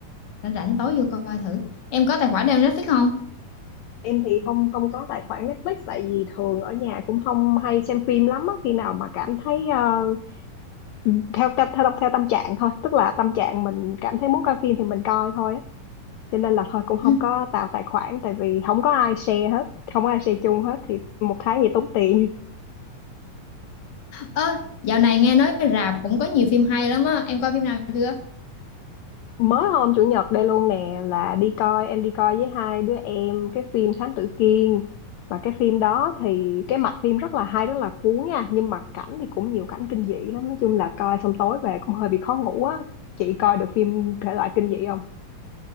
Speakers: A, on the left (about 55°); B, on the left (about 80°).
A: rảnh rảnh tối vô coi thử em có tài khoản nào Netflix không
B: em thì không không có tài khoản Netflix tại vì thường ở nhà cũng không hay xem phim lắm á. Khi nào mà cảm thấy ờ, Ừ, theo theo theo theo tâm trạng thôi tức là tâm trạng mình cảm thấy muốn coi phim thì mình coi thôi á. cho nên là thôi cũng không
A: <laughs>
B: có tạo tài khoản tại vì không có ai share hết không có ai share chung hết thì một tháng gì tốn tiền
A: ơ dạo này nghe nói rạp cũng có nhiều phim hay lắm á em coi phim nào chưa
B: mới hôm chủ nhật đây luôn nè là đi coi em đi coi với hai đứa em cái phim Thám Tử Kiên và cái phim đó thì cái mạch phim rất là hay rất là cuốn nha nhưng mà cảnh thì cũng nhiều cảnh kinh dị lắm nói chung là coi xong tối về cũng hơi bị khó ngủ á chị coi được phim thể loại kinh dị không